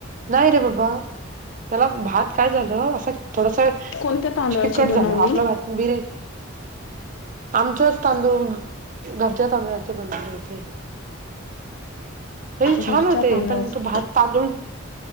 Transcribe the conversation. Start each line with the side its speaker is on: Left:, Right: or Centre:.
Right: नाही रे बाबा त्याला भात काय झालं, असं थोडस,
Left: कोणत्या तांदळाची
Right: चिकट
Left: बनवली
Right: झाला. आपल्या भात बिरीअ. आमच्याच तांदूळ, घरच्या तांदुळा चे बनुले इथे. हे छान
Left: घरच्या
Right: होते.
Left: तांदळाची
Right: पण तो भात, तांदूळ